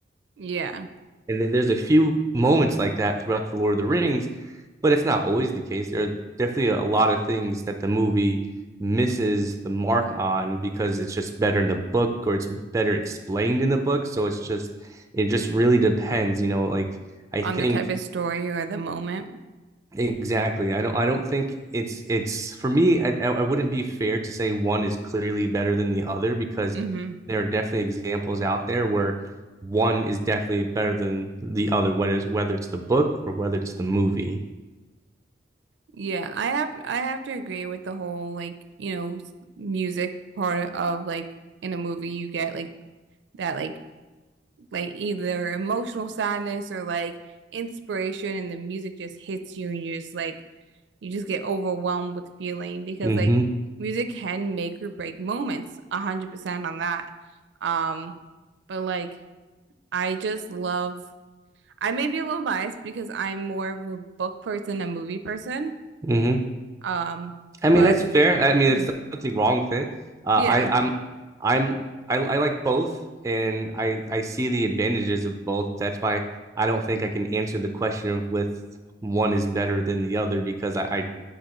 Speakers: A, on the right; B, on the right.
A: Yeah,
B: And then there's a few moments like that throughout the Lord of the Rings, but it's not always the case. There are definitely a, a lot of things that the movie misses the mark on because it's just better in the book or it's better explained in the book. So it's just, it just really depends, you know, like I
A: on
B: think
A: the type of story or the moment.
B: Exactly. I don't I don't think it's it's for me I I wouldn't be fair to say one is clearly better than the other because
A: hmm
B: there are definitely examples out there where one is definitely better than the other whether it's whether it's the book or whether it's the movie.
A: Yeah, I have I have to agree with the whole like, you know, s- music part of like in a movie you get like that like like either emotional sadness or like inspiration and the music just hits you and you're just like you just get overwhelmed with feeling because
B: hmm
A: like music can make or break moments 100% on that um but like I just love I may be a little biased because I'm more of a book person than a movie person
B: hmm
A: um
B: I mean
A: but
B: that's fair. I mean
A: yeah
B: it's nothing wrong with it. Uh,
A: yeah
B: I I'm I'm I I like both and I I see the advantages of both. That's why I don't think I can answer the question of with one is better than the other because I, I